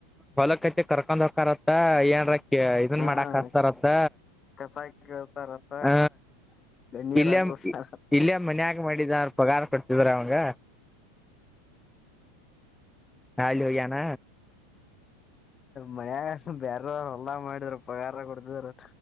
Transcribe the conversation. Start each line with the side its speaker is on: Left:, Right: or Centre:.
Centre: ಹೊಲಕ್ ಕಚ್ಚಿ ಕರ್ಕೊಂಡ್ ಹಕಾರತ್ತ ಏನ್ರಕ್ಕ ಇದನ್
Left: ಹಾ
Centre: ಮಾಡಕ್ ಹಸ್ತಾರತ್ತ
Left: ಕಸ ಕೇಳ್ತಾರತ್ತ
Centre: ಹ
Left: ನೀರ್
Centre: ಇಲ್ಲೇ
Left: ಹಸಸ್ತಾರ
Centre: ಇಲ್ಲೇ ಮನ್ಯಾಗ ಮಾಡಿದ ಅವ್ರರು ಪಗಾರ ಕೊಡ್ತ ಇಧರ ಆಂಗ ಹಾಲಿ ಹಗಾನ
Left: ಮನ್ಯಾಗ ಬೇರೆ ಹೊಲ್ಲಾ ಮಾಡಿದ್ರರು ಪಗಾರ ಕೊಡ್ತಿದ್ರ